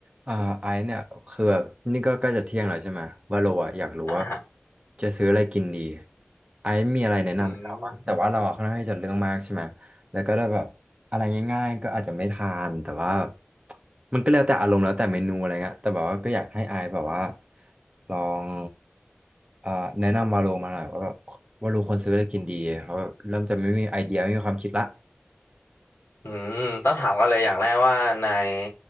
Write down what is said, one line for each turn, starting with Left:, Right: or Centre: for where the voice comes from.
Right: อ่าไอซ์เนี่ยคือแบบนี่ก็ใกล้จะเที่ยงแล้วใช่ไหมว่าโลอะอยากรู้ว่า
Left: อ่าฮะ
Right: จะซื้ออะไรกินดีไอซ์มีอะไรแนะนำให้เราปะแต่ว่าเราอะค่อนข้างที่จะเรื่องมากใช่ไหม
Left: อืม
Right: แล้วก็ได้แบบอะไรง่ายๆก็อาจจะไม่ทานแต่ว่ามันก็แล้วแต่อารมณ์แล้วแต่เมนูอะไรเงี้ยแต่แบบว่าก็อยากให้ไอซ์แบบว่าลองเอ่อแนะนำวาโลมาหน่อยว่าแบบวาโลควรซื้ออะไรกินดีเขาะแบบเริ่มจะไม่มีไอเดียไม่มีความคิดละ
Left: อืมต้องถามกันเลยอย่างแรกว่านาย